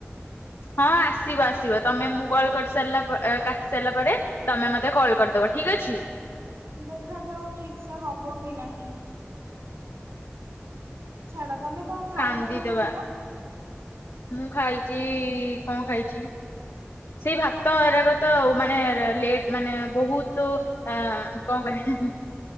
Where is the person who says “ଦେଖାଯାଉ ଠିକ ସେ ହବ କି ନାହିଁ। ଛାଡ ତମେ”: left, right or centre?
Right